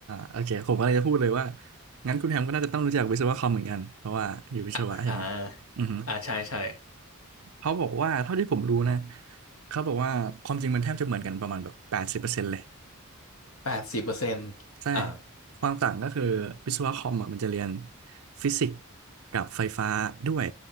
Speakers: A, on the right; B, on the left.
A: โอเคผมก็เลยจะพูดเลยว่างั้นคุณแฮมก็น่าจะต้องรู้จักวิศวะคอมเหมือนกันเพราะว่าอยู่วิศวะใช่ไหม
B: อ่ะอ่า
A: อือฮึ
B: อ่าใช่ใช่
A: เขาบอกว่าเท่าที่ผมรู้นะเขาบอกว่าความจริงมันแทบจะเหมือนกันประมาณแบบแปดสิบเปอร์เซ็นต์เลย
B: แปดสิบเปอร์เซ็นต์อ่า
A: ใช่ความต่างก็คือวิศวะคอมอ่ะมันจะเรียนฟิสิกส์กับไฟฟ้าด้วย